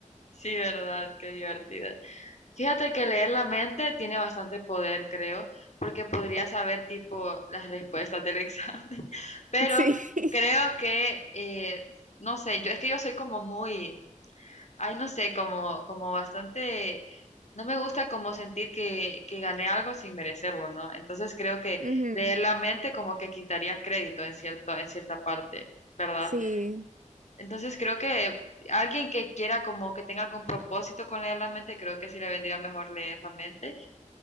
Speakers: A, on the left; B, on the right.
A: Sí, verdad, qué divertido. Fíjate que leer la mente tiene bastante poder, creo, porque podría saber tipo las respuestas del examen, <laughs> pero
B: Sí.
A: creo que, eh, no sé, yo es que yo soy como muy, ay, no sé, como, como bastante, no me gusta como sentir que, que gané algo sin merecerlo, ¿no? Entonces creo que
B: <laughs> Ujú.
A: leer la mente como que quitaría crédito en cierto, en cierta parte, ¿verdad?
B: Sí,
A: Entonces creo que alguien que quiera como que tenga algún propósito con leer la mente, creo que sí le vendría mejor leer la mente.